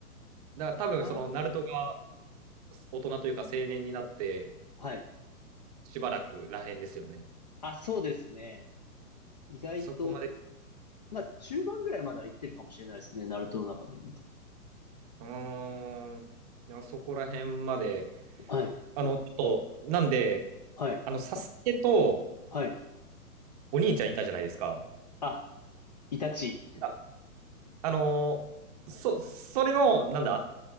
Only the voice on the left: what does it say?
あ
あ、はい。
あ、そうですね。意外と、
まあ、中盤ぐらいまでは行ってるかもしれないですね。ナルトの中で見て
も。はい。
はい。
はい。
あ、イタチ。